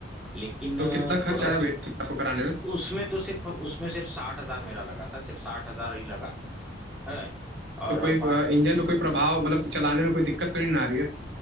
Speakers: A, in the centre; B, on the right (about 65°).
A: लेकिन
B: तो
A: अ,
B: कितना खर्च
A: थोड़ा
B: आया
A: स-
B: भैया इसमें आपको कराने में
A: उसमें तो सिर्फ उसमें सिर्फ साठ हजार मेरा लगा था सिर्फ साठ हजार ही लगा है और
B: तो कोई
A: बाकी
B: इंजन में कोई प्रभाव मतलब चलाने में कोई दिक्कत तो नहीं ना आ रही है